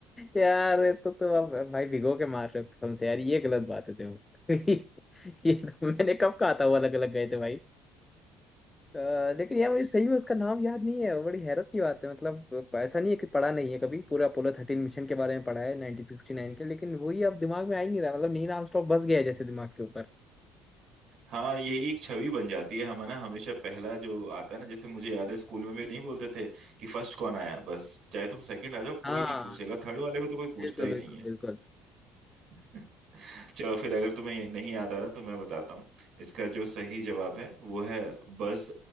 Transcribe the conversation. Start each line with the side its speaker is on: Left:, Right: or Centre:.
Left: यार ये तो तुम अब भाई भिगो के मार रहे हो कसम से यार ये गलत बात है देखो <laughs> ये तो मैंने कब कहा था वो अलग अलग गए थे भाई अ, लेकिन यार मुझे सही में उसका नाम याद नहीं है बड़ी हैरत की बात है मतलब ऐसा नहीं है कि पढ़ा नहीं है कभी पूरा अपोलो थर्टीन मिशन के बारे में पढ़ा है 1969 के लेकिन वही अब दिमाग में आ ही नहीं रहा मतलब नील आर्मस्ट्रॉन्ग बस गया है जैसे दिमाग के ऊपर
Right: हाँ यही एक छवि बन जाती है हम ना हमेशा पहला जो आता है ना जैसे मुझे याद है स्कूल में भी नहीं बोलते थे कि फर्स्ट कौन आया बस चाहे तुम सेकंड आ जाओ कोई
Left: हाँ
Right: नहीं पूछेगा थर्ड वाले को तो कोई पूछता
Left: बिल्कुल
Right: ही नहीं
Left: बिल्कुल बिल्कुल
Right: <laughs> चलो फिर अगर तुम्हें ये नहीं याद आ रहा तो मैं बताता हूँ इसका जो सही जवाब है वो है बज